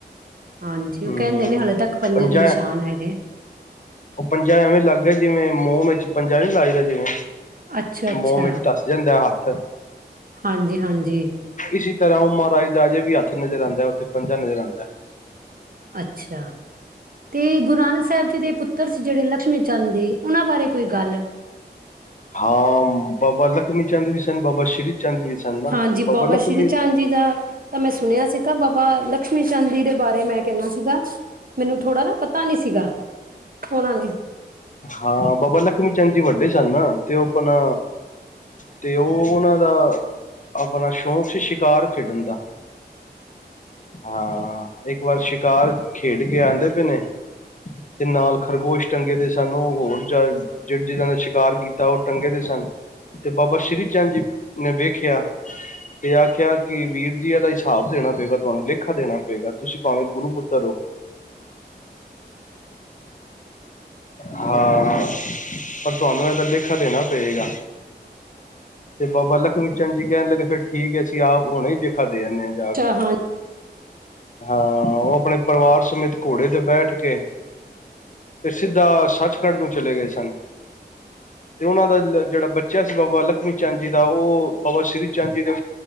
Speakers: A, on the right; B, on the left.
A: ਹਾਂਜੀ ਉਹ
B: ਹਮ
A: ਕਹਿੰਦੇ ਨੇ ਹਲੇੇ ਤੱਕ। ਪੰਜੇ
B: ਪੰਜਾ
A: ਦੇ ਨਿਸ਼ਾਨ ਹੈਗੇ
B: ਉਹ ਪੰਜਾ ਐਵੇਂ ਲੱਗ ਗਿਆ ਸੀ ਜਿਵੇਂ ਮੋਹਮ। ਪੰਜਾ ਨੀ ਲਾਈਦਾ ਜਿਵੇਂ
A: ਅੱਛਾ-ਅੱਛਾ
B: ਮੋਹਮਟ ਤੱਸ ਜਾਂਦਾ ਹੱਥ
A: ਹਾਂਜੀ-ਹਾਂਜੀ
B: ਇਸੀ ਤੇ ਰਓ ਮਹਾਰਾਜ ਦਾ ਅਜੇ ਵੀ ਹੱਥ ਨਜ਼ਰ ਆਉਂਦਾ ਹੈ, ਉੱਥੇ ਪੰਜਾ ਨਜ਼ਰ ਆਉਂਦਾ ਹੈ।
A: ਅੱਛਾ। ਤੇ ਗੁਰੂ ਨਾਨਕ ਸਾਹਿਬ ਜੀ ਦੇ ਪੁੱਤਰ ਸੀ ਜਿਹੜੇ ਲਕਸ਼ਮੀ ਚੰਦ ਉਹਨਾਂ ਬਾਰੇ ਕੋਈ ਗੱਲ
B: ਹਾਂ ਬਾਬਾ ਲਖਮੀ ਚੰਦ ਵੀ ਸਨ, ਬਾਬਾ ਸ਼੍ਰੀ ਚੰਦ ਵੀ ਸਨ ਨਾ
A: ਹਾਂਜੀ ਬਾਬਾ
B: ਲਖਮੀ
A: ਸ਼੍ਰੀ ਚੰਦ ਜੀ ਦਾ ਤਾਂ ਮੈਂ ਸੁਣਿਆ ਸੀਗਾ ਬਾਬਾ ਲਕਸ਼ਮੀ ਚੰ ਚੰਦ ਜੀ ਦੇ ਬਾਰੇ ਮੈਂ ਕਹਿਣਾ ਸੀਗਾ ਮੈਨੂੰ ਥੋੜਾ ਨਾ ਪਤਾ ਨੀ ਸੀਗਾ ਉਹਨਾਂ ਨੇ
B: ਹਾਂ ਬਾਬਾ ਲਖਮੀ ਚੰਦ ਜੀ ਵੱਡੇ ਸਨ ਨਾ ਤੇ ਉਹ ਆਪਣਾ ਤੇ ਉਹ ਉਹਨਾਂ ਦਾ ਆਪਣਾ ਸ਼ੌਕ ਸੀ ਸ਼ਿਕਾਰ ਖੇਡਣ ਦਾ ਹਾਂ, ਇੱਕ ਵਾਰ ਸ਼ਿਕਾਰ ਖੇਡ ਕੇ ਆਂਦੇ ਪਏ ਨੇ ਤੇ ਨਾਲ ਖਰਗੋਸ਼ ਚੰਗੇ ਦੇ ਸਾਨੂੰ ਹੋਰ ਜਹ ਜਿਨਾਂ ਨੇ ਸ਼ਿਕਾਰ ਕੀਤਾ ਤਾਂ ਓਹ ਟੰਗੇ ਦੇ ਸਨ ਤੇ ਬਾਬਾ ਸ੍ਰੀ ਚੰਦ ਜੀ ਨੇ ਵੇਖਿਆ ਤੇ ਆਖਿਆ ਕਿ ਵੀਰ ਜੀ ਇਹਦਾ ਹਿਸਾਬ ਦੇਣਾ ਪਏਗਾ ਤੁਹਾਨੂੰ ਲੇਖਾ ਦੇਣਾ ਪਏਗਾ, ਤੁਸੀਂ ਭਾਵੇਂ ਗੁਰੂ ਪੁੱਤਰ ਹੋ। ਹਾਂ ਪਰ ਤੁਹਾਨੂੰ ਇਹਦਾ ਲੇਖਾ ਦੇਣਾ ਪਏਗਾ ਤੇ ਬਾਬਾ ਲਖਮੀ ਚੰਦ ਜੀ ਕਹਿਣ ਲੱਗੇ ਫਿਰ ਠੀਕ ਹੈ, ਅਸੀਂ ਆਪ ਹੁਣੇ ਹੀ ਦੇਖਾ ਦੇ ਆਂਦੇ ਆ ਜਾ
A: ਅੱਛਾ
B: ਕੇ।
A: ਹਾਂ
B: ਹਾਂ, ਉਹ ਆਪਣੇ ਪਰਿਵਾਰ ਸਮੇਤ ਘੋੜੇ ਤੇ ਬੈਠ ਕੇ ਸਿੱਧਾ ਸੱਚਖੰਡ ਨੂੰ ਚਲੇ ਗਏ ਸਨ ਤੇ ਉਹਨਾਂ ਦਾ ਜਿਹੜਾ ਬੱਚਾ ਸੀ, ਬਾਬਾ ਲਖਮੀ ਚੰਦ ਜੀ ਦਾ ਉਹ ਬਾਬਾ ਸ੍ਰੀ ਚੰਦ ਜੀ ਨੇ